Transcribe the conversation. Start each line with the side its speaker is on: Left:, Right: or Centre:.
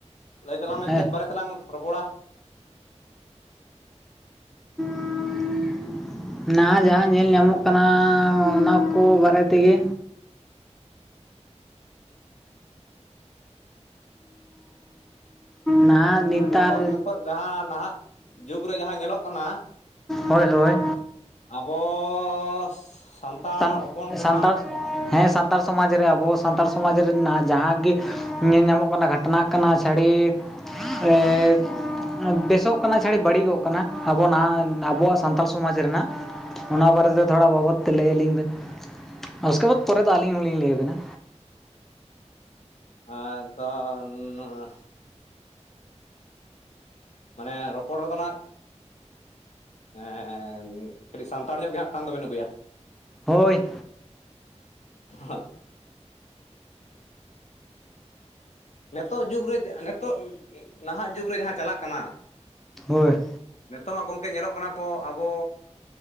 Left: ᱞᱟᱹᱭ ᱛᱟᱞᱟᱝ ᱢᱮ
Centre: ᱦᱮᱸ
Left: ᱪᱮᱫ ᱵᱟᱨᱮ ᱛᱮᱞᱟᱝ ᱨᱚᱯᱚᱲᱟ
Centre: <inaudible> ᱱᱟᱦᱟ ᱡᱟᱦᱟᱸ ᱧᱮᱞ ᱧᱟᱢᱚᱜ ᱠᱟᱱᱟ ᱚᱱᱟ ᱠᱚ ᱵᱟᱨᱮ ᱛᱮᱜᱮ᱾ ᱱᱟᱦᱟᱜ
Left: ᱢᱟᱱᱮ
Centre: ᱱᱮᱛᱟᱨ
Left: ᱱᱤᱛᱳᱜ ᱱᱤᱛᱳᱜ ᱡᱟᱦᱟᱸ ᱱᱟᱦᱟᱜ ᱡᱩᱜᱽ ᱨᱮ ᱡᱟᱦᱟᱸ ᱧᱮᱞᱚᱜ ᱠᱟᱱᱟ
Centre: ᱦᱳᱭ ᱦᱳᱭ
Left: ᱟᱵᱚ ᱥᱟᱱᱛᱟᱲ
Centre: ᱥᱟᱱ
Left: ᱦᱚᱯᱚᱱ ᱠᱚᱢᱟ
Centre: ᱥᱟᱱᱛᱟᱲ ᱦᱮᱸ ᱥᱟᱱᱛᱟᱲ ᱥᱚᱢᱟᱡᱽ ᱨᱮ ᱟᱵᱚ ᱥᱟᱱᱛᱟᱲ ᱥᱚᱢᱟᱡᱽ ᱨᱮᱱᱟᱜ ᱡᱟᱦᱟᱸ ᱜᱮ ᱧᱮᱞ ᱧᱟᱢᱚᱜ ᱠᱟᱱᱟ ᱜᱷᱟᱴ ᱚᱱᱟ ᱠᱟᱱᱟ ᱥᱟᱹᱲᱤᱯ ᱮᱸ ᱵᱮᱥᱚᱜ ᱠᱟᱱᱟ ᱪᱷᱟᱹᱲᱤ ᱵᱟᱹᱲᱤᱡᱚᱜ ᱠᱟᱱᱟ ᱟᱵᱚ ᱱᱟᱦᱟᱜ ᱟᱵᱚᱣᱟᱜ ᱥᱟᱱᱛᱟᱞ ᱥᱚᱢᱟᱡᱽ ᱨᱮᱱᱟᱜ ᱚᱱᱟ ᱵᱟᱨᱮᱛᱮ ᱫᱚ ᱛᱷᱚᱲᱟ ᱵᱟᱵᱚᱫ ᱛᱮ ᱞᱟᱹᱭ ᱟᱹᱞᱤᱧ ᱵᱮᱱ, ᱩᱥᱠᱮ ᱵᱟᱫᱽ ᱯᱚᱨᱮ ᱫᱚ ᱟᱹᱞᱤᱧ ᱦᱚᱸᱞᱤᱧ ᱞᱟᱹᱭᱟᱵᱮᱱᱟ
Left: ᱟᱫᱚ ᱱᱚᱭᱟ ᱢᱟᱱᱮ ᱨᱚᱯᱚᱲ ᱨᱮᱫᱚ ᱱᱟᱜ ᱮᱸ ᱠᱟᱹᱴᱤᱡ ᱥᱟᱱᱛᱟᱲ ᱧᱚᱜ ᱜᱮ ᱦᱟᱸᱜ ᱴᱟᱱ ᱫᱚᱵᱮᱱ ᱟᱹᱜᱩᱭᱟ?
Centre: ᱦᱳᱭ
Left: ᱦᱳᱭ ᱱᱤᱛᱚᱜ ᱡᱩᱜᱽ ᱨᱮ ᱱᱤᱛᱚᱜ ᱱᱟᱦᱟᱜ ᱡᱩᱜᱽ ᱨᱮ ᱡᱟᱦᱟᱸ ᱪᱟᱞᱟᱜ ᱠᱟᱱᱟ
Centre: ᱦᱳᱭ
Left: ᱱᱤᱛᱚᱜ ᱢᱟ ᱜᱚᱢᱠᱮ ᱧᱮᱞᱚᱜ ᱠᱟᱱᱟ ᱠᱚ ᱟᱵᱚ